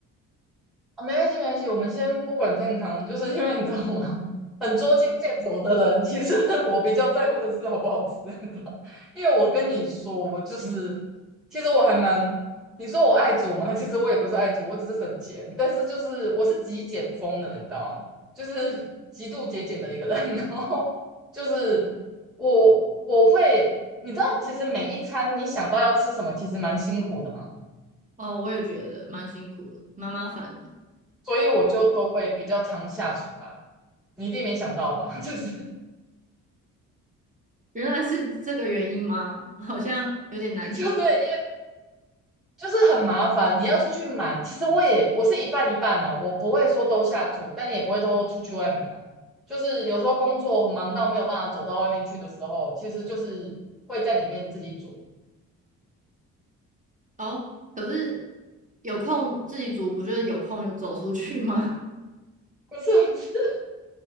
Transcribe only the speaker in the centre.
啊，没关系，没关系，我们先不管健康，就是 <laughs> 因为你知道吗？很捉襟见肘的人，其实 <laughs> 我比较在乎的是好不好吃，你知道？因为我跟你说，我就是，其实我还蛮，你说我爱煮嘛，<laughs> 其实我也不是爱煮，我只是省钱，但是就是我是极简风的人，你知道吗？就是极度节俭的一个人，<laughs> 然后就是我我会，你知道，其实每一餐你想到要吃什么，其实蛮辛苦的嘛，
所以我就都会比较常下厨啦。你一定没想到吧？<laughs> 就是
就对，因为就是很麻烦，你要出去买。其实我也我是一半一半哦，我不会说都下厨，但也不会都出去外面买。就是有时候工作忙到没有办法走到外面去的时候，其实就是会在里面自己煮。
不是 <laughs>